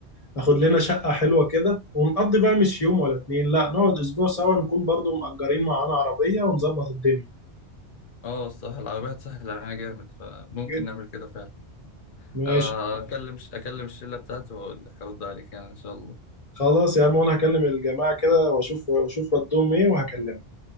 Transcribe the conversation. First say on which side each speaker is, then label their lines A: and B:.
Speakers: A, on the left; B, on the left.
A: ناخد لنا شقة حلوة كده ونقضي بقى مش يوم ولا اتنين لا نقعد اسبوع سوا نكون برضو مأجرين معانا عربية ونظبط الدنيا
B: اه الصراحه العربيات سهله علينا جامد فممكن
A: جدا
B: نعمل كده فعلا
A: ماشي
B: انا خلاص اكلم اكلم الشله بتاعتي واقول لك ارد عليك يعني ان شاء الله
A: خلاص يا عم وانا هكلم الجماعة كده واشوف واشوف ردهم ايه وهكلمك